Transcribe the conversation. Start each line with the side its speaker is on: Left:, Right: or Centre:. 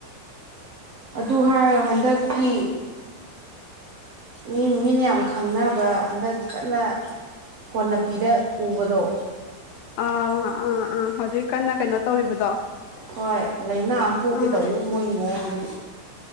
Right: ꯑꯗꯨ ꯍꯥꯏꯔꯒꯣ ꯍꯟꯗꯛꯀꯤ ꯃꯤ ꯃꯤꯅ ꯌꯥꯝ ꯈꯪꯅꯕ ꯍꯟꯗꯛ ꯀꯟꯅ ꯍꯣꯟꯅ ꯄꯤꯔ ꯎꯕꯗꯣ
Left: ꯑ ꯑꯥ ꯑꯥ ꯍꯧꯖꯤꯛ ꯀꯟꯅ ꯀꯩꯅꯣ ꯇꯧꯔꯤꯕꯗꯣ
Right: ꯍꯣꯏ ꯂꯥꯏꯅꯥ ꯑꯃ ꯄꯣꯛꯀꯦ
Left: ꯑꯥ
Right: ꯇꯧꯔꯤꯕꯕ ꯃꯣꯏꯒꯤ ꯃꯑꯣꯡꯗꯨꯗꯤ